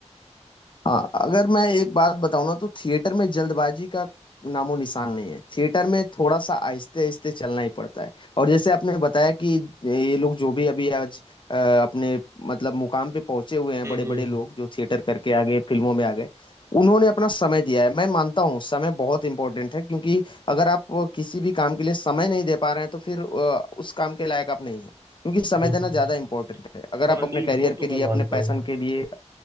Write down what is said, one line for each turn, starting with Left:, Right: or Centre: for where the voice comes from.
Left: हाँ अगर मैं एक बात बताऊँ ना तो थिएटर में जल्दबाजी का नामो निशान नहीं है थिएटर में थोड़ा सा आहिस्ते आहिस्ते चलना ही पड़ता है और जैसे आपने बताया कि ये लोग जो भी अभी आज अ, अपने मतलब मुकाम पे पहुंचे हुए हैं
Right: हम्म
Left: बड़े बड़े लोग जो थिएटर करके आ गए फिल्मों में आ गए उन्होंने अपना समय दिया है मैं मानता हूँ समय बहुत इंपॉर्टेंट है क्योंकि अगर आप किसी भी काम के लिए समय नहीं दे पा रहे हैं तो फिर अ, उस काम के लायक आप नहीं है क्योंकि समय
Right: हम्म
Left: देना
Right: हम्म,
Left: ज्यादा इंपॉर्टेंट है अगर
Right: हाँ
Left: आप अपने
Right: नहीं
Left: करियर
Right: वो
Left: के
Right: तो मैं
Left: लिए अपने
Right: मानता
Left: पैशन
Right: हूँ
Left: के लिए